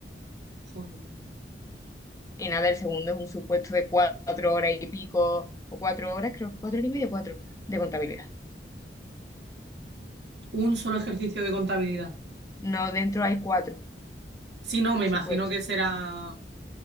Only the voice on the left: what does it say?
Y nada, el segundo es un supuesto de cuatro horas y pico, o cuatro horas, creo, cuatro horas y media, cuatro, de contabilidad.
No, dentro hay cuatro
supuestos,